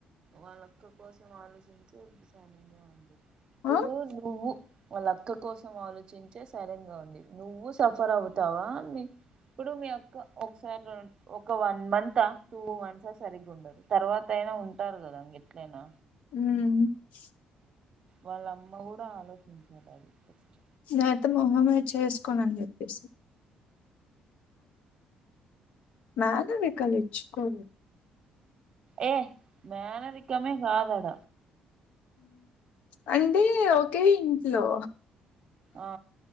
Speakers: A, on the right; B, on the left.
A: వాళ్ళ అక్క కోసం ఆలోచించడం సరిగా ఉంది ఇప్పుడు
B: ఆ
A: నువ్వు వాళ్ళ అక్క కోసం ఆలోచించే సరిగ్గా ఉంది. నువ్వు సఫర్ అవుతావా నీ ఇప్పుడు మీ అక్క ఒకసారి ఒక వన్ మంత్ ఆ టూ మంత్ ఆ సరిగగా ఉండదు తర్వాత అయినా ఉంటారు కదా ఎట్లైనా
B: మ్
A: వాళ్ళమ్మ కూడా ఆలోచించాలి ఫస్ట్.
B: లేకపోతే మొహమే చేసుకోను అని చెప్పేసేయ్ మేనరికాలు ఇచ్చుకోరు.
A: ఏ మేనరికమే కాదు ఆడ.
B: అంటే ఒకే ఇంట్లో
A: ఆ